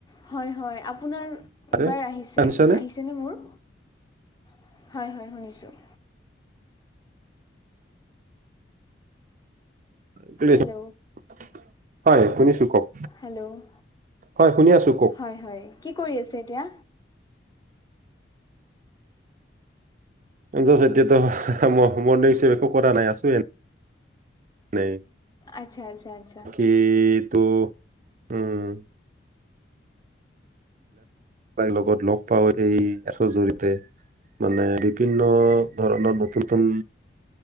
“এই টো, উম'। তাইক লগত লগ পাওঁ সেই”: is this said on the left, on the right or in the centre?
Right